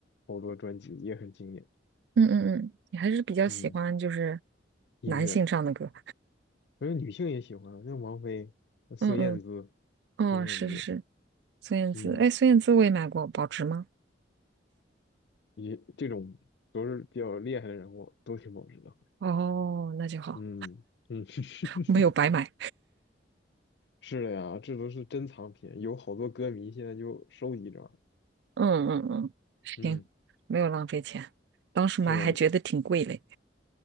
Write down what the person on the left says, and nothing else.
好多专辑也很经典。
嗯，音乐，
我觉得女性也喜欢，像王菲、孙燕姿、
孙燕姿，
嗯，
也这种都是比较厉害的人物，都挺保值的。
嗯嗯，<laughs>
是的呀，这都是珍藏品，有好多歌迷现在就收集着。
嗯，
是的，